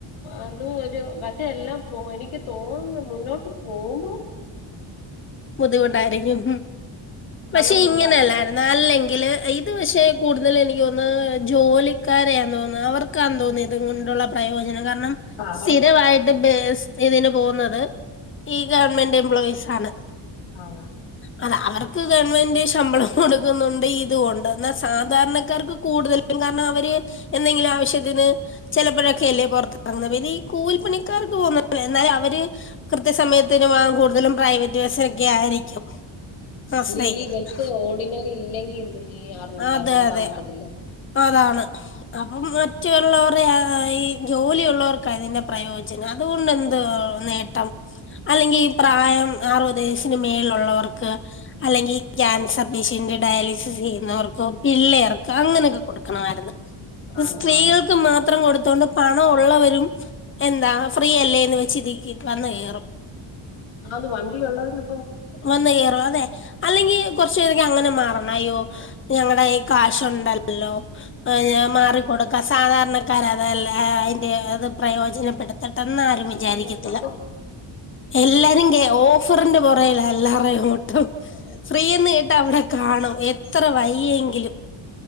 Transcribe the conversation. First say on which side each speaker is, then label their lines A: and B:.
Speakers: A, on the left; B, on the left.
A: അതും ഒരു വശയെല്ലാം പോ എനിക്ക് തോന്നുന്നു മുന്നോട്ട് പോകുമ്പോ
B: ബുദ്ധിമുട്ടായിരിക്കും
A: കാരണം
B: പക്ഷെ ഇങ്ങനെയല്ലായി
A: പൈ
B: നല്ലെങ്കില് ഇത് പക്ഷെ കൂടുതൽ എനിക്ക് തോന്നുന്നു ജോലിക്കാരെയയെന്ന് തോന്നുന്നത് അവർ വക്കാൻ തോന്നിയത കൊണ്ടുള്ള പ്രയോജനം കാരണം
A: ആഹ് അവർക്കാ
B: സ്ഥിരമായിട്ട്
A: ആണ്
B: ബസ് ഇതിന് പോകുന്നത് ഈ ഗവൺമെന്റ് എംപ്ലോയീസ് ആണ്
A: ആണോ
B: അല്ല അവർക്ക് ഗവൺമെന്റ് ശമ്പളം കൊടുക്കുന്നുണ്ട് ഇതും ഉണ്ട്. എന്നാൽ സാധാരണക്കാർക്ക് കൂടുതൽ- കാരണം അവര് എന്തെങ്കിലും ആവശ്യത്തിന് ചിലപ്പോഴൊക്കെ അല്ലേ പുറത്തിറങ്ങുന്നത്. ഇനി കൂലിപ്പണിക്കാർക്ക് പോകുന്ന എന്നാൽ അവര് കൃത്യ സമയത്തിന് പോവാൻ കൂടുതലും പ്രൈവറ്റ് ബസൊക്കെ ആയിരിക്കും. ആശ്രയിക്കുന്നത്
A: അല്ല ഈ ബസ്സ് ഓർഡിനറി ഇല്ലെങ്കിൽണ്ട് ഈ ആ റൂട്ട്
B: അതെ
A: അവർക്ക് പോകാൻ
B: അതെ
A: പറ്റത്തില്ല.
B: അതാണ്, അപ്പം മറ്റുള്ളവർടെ ഈ ജോലിയുള്ളവർക്കാ ഇതിന്റെ പ്രയോജനം. അതുകൊണ്ട് എന്തുവാ നേട്ടം. അല്ലെങ്കിൽ പ്രായം അറുപത് വയസിനു മേലിലുള്ളോർക്ക് അല്ലെങ്കി ക്യാൻസർ പേഷ്യന്റ് ഡയാലിസിസ് ചെയ്യുന്നവർക്കോ പിള്ളേർക്ക് അങ്ങനൊക്കെ കൊടുക്കണമായിരുന്നു.
A: ആന്ന്
B: സ്ത്രീകൾക്ക്
A: ആന്ന്
B: മാത്രം കൊടുത്തോണ്ട് പണം ഉള്ളവരും എന്താ ഫ്രീയല്ലേന്ന് വെച്ചിതിക്കി് വന്ന് കയറും.
A: അത് വണ്ടി ഉള്ളവരും.
B: വന്നു കേറാതെ അല്ലെങ്കി കൊറച് പേരൊക്ക അങ്ങനെ മാറണം. അയ്യോ ഞങ്ങളുടെ കയ്യിൽ കാശുണ്ടല്ലോ? ആഹ് ഞാൻ മാറിക്കൊടുക്കാം സാധാരണക്കാര അതല്ല അതിന്റെ അത് പ്രയോജനപ്പെടുത്ത പെട്ടന്ന് ആരും
A: പക്ഷെ
B: വിചാരിക്കത്തില്ല.
A: അത് എല്ലാരും
B: എല്ലരും കേ ഓ- റിന്റെ പുറേല്ല എല്ലും <unintelligible>
A: ഈ
B: ഫ്രീയന്ന് കേട്ട അവിടെ കാണും എത്ര വയ്യെങ്കിലും.